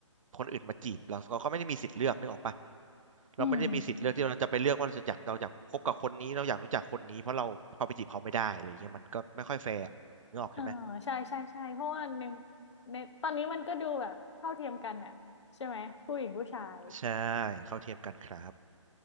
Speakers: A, on the right; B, on the left.
A: คนอื่นมาจีบเราเราก็ไม่ได้มีสิทธิ์เลือกนึกออกปะเราไม่ได้มีสิทธิ์เลือกที่เราจะไปเลือกว่าเราจะอยากเราอยากคบกับคนนี้เราอยากรู้จักคนนี้เพราะเราเขาไปจีบเขาไม่ได้อะไรเงี้ยมันก็ไม่ค่อยแฟร์อะนึกออกใช่ไหม
B: อืม เออใช่ใช่ใช่เพราะว่าในในตอนนี้มันก็ดูแบบเท่าเทียมกันน่ะใช่ไหมผู้หญิงผู้ชาย
A: ใช่เข้าเทียมกันครับ